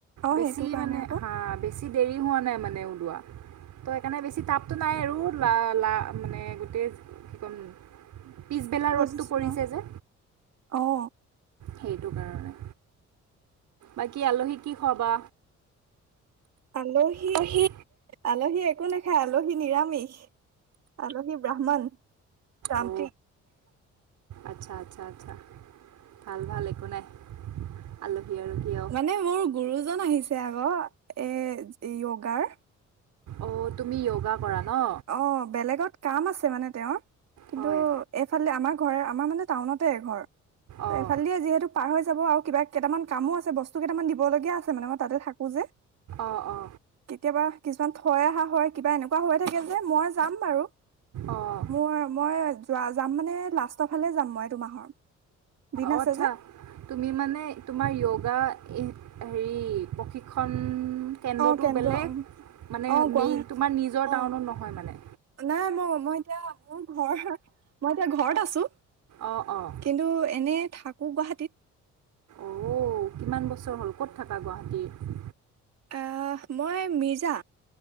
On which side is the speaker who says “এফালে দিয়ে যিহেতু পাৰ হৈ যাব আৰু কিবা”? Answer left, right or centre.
Right